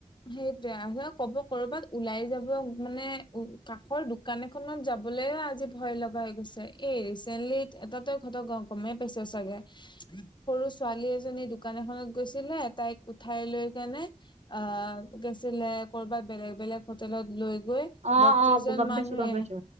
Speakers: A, on the left; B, on the right.
A: সেইটোৱে আৰু কব কৰবাত ওলাই যাব মানে উম কাষৰ দো দোকান এখনত যাবলৈও আজি ভয় লগা হৈ গৈছে। এই ৰিচেণ্টলি এটাতে ঘট গম গমেই পাইছ চাগে। সৰু ছোৱালী এজনী দোকান এখনত গৈছিলে তাইক উঠাই লৈ কেনে অ' গৈছিলে কৰবাত বেলেগ-বেলেগ হোটেলত লৈ গৈ
B: অ
A: বত্ৰিশ
B: অ
A: জন
B: গম
A: মানুহে
B: পাইছো গম পাইছো